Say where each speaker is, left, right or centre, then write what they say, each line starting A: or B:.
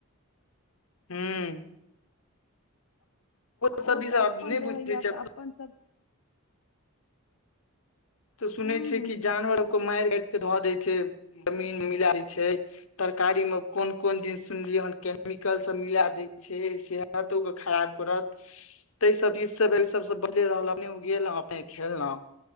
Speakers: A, on the left (about 65°); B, on the left (about 80°).
A: हुं सब
B: ओ
A: ई
B: तऽ
A: सब
B: अपन
A: आब नहि
B: रहैया
A: बुझै छै
B: तऽ अपन सभ
A: तऽ सुनै
B: हूं
A: छै
B: हूं
A: कि जानवर को मार काट के धऽ देै छै जमीन मिलाइ दै छै तरकारी में कोन कोन चिस सुनलियै हेन केमिकल सब मिला दै छै से हा तो के खराब करत ताहि सब चीज सब ई सब बदले रहल अपने गेल अपने खेलो